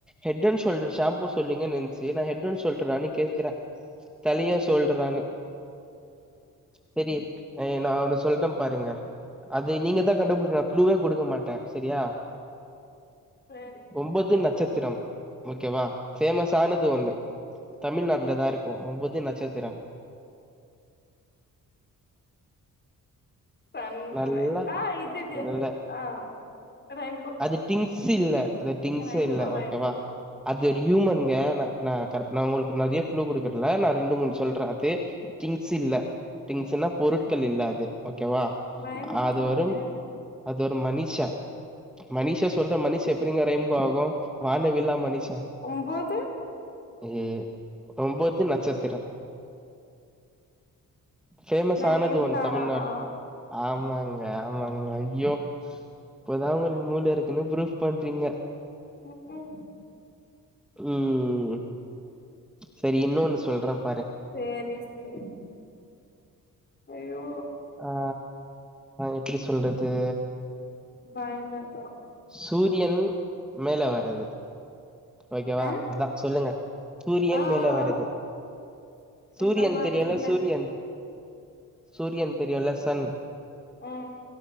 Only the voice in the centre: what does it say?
ஹெட் அண்ட் ஷோல்டர் ஷாம்பூ சொல்றீங்க நென்ச்சு நா ஹெட் ஹெட் அண்ட் ஷோல்டரானு கேக்குற தலையா ஷோல்டரானு செரி நா அவன்ன சொல்ட்டம் பாருங்க அது நீங்க தா கண்டுபிடிக்ணு க்லூவே குடுக்க மாட்ட சரியா
ஒம்போது நச்சத்திரம் ஓக்கேவா ஃபேமஸ் ஆனது ஒன்னு தமிழ்நாட்ல தா இருக்கு ஒம்பது நட்சத்திரம்
நல்லா
இல்ல
அது திங்ஸ் இல்ல அது திங்ஸே
இல்ல
ஓகேவா அது ஒரு ஹியூமன்ங்க ந நா கர நா உங்கள்க்கு நெறைய க்லு குடுக்கறல நா ரெண்டு மூண் சொல்ற அது திங்ஸ் இல்ல திங்ஸ் இல்ல பொருட்கள் இல்ல அது ஓகேவா
அது
வரும் அது ஒரு மனுஷ மனுஷ சொல்ற மனுஷ எப்டிங்க ரம்ப ஆகு வானவில்லா மனுஷ
ஏ ஓம்போது நட்சத்திரம் ஃபேமஸ்
ஆனது ஒன் தமிழ்நாட்ல ஆமாங்க ஆமாங்க ஐயோ இப்பதா ஒரு மூள இருக்குன்னு ப்ரூஃப் பண்றீங்க
ம் சரி இன்னொன்னு சொல்றம்
ஆ எப்டி சொல்றது
சூரியன் மேல வர்ரது ஓகேவா
அதா சொல்லுங்க சூரியன்
மேல
வருது சூரியன்
தெரியுன்ல
சூரியன் சூரியன் தெரியுன்ல சன்